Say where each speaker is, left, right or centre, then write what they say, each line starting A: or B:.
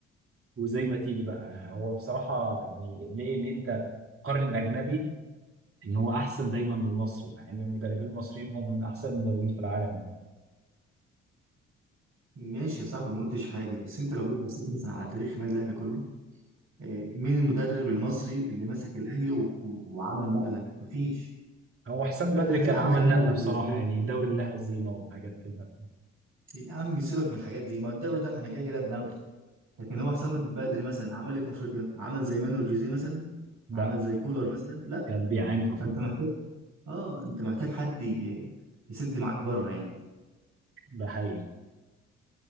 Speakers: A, on the right; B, on the right.
A: وزي ما تيجي بقى هو بصراحه يعني ليه ليه انت قارن الاجنبي ان هو احسن دايما من المصري مع ان المدربين المصريين هم من احسن المدربين في العالم يعني
B: ماشي يا صاحبي ما قلتش حاجه بس انت لو جيت بصيت مثلا على تاريخ النادي الاهلي كله آه، مين المدرب المصري اللي مسك الاهلي و... و... وعمل نقله مفيش
A: هو حسام
B: لكن
A: بدري
B: هتلاقي
A: كان عمل
B: عندك مانويل
A: نقله بصراحه
B: جوزيه
A: يعني دوري لا هزيمه وحاجات كده
B: يا عم سيبك من الحاجات دي ما الدوري ده ما احنا كده كده بناخده لكن هو حسام بدري مثلا عمل ايه في افريقيا عمل زي مانويل جوزيه مثلا
A: لا
B: عمل زي كولر مثلا لا
A: كان بيعاني في افريقيا
B: فانت محتاج اه انت محتاج حد ي- يسد معاك بره يعني
A: ده حقيقي